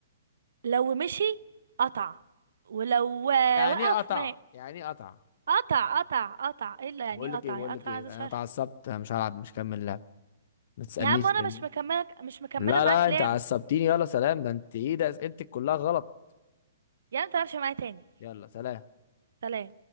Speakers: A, on the right; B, on the left.
A: لو مشي قطع ولو آه،
B: يعني
A: وقف
B: ايه قطع
A: مات
B: يعني ايه قطع
A: قطع قطع قطع ايه اللي يعني
B: بقول لك
A: قطع
B: ايه بقول
A: يعني قطع
B: لك ايه
A: هذا
B: انا
A: شرح
B: اتعصبت انا مش هلعب مش هكمل لعب ما تسألنيش
A: يا عم وانا
B: تاني
A: مش مكمله مش مكمله
B: لا
A: معاك
B: لا
A: لعب
B: انت عصبتيني يلا سلام ده انت ايه ده اسئلتك كلها غلط
A: يعني ما تلعبش معايا تاني
B: يلا سلام
A: سلام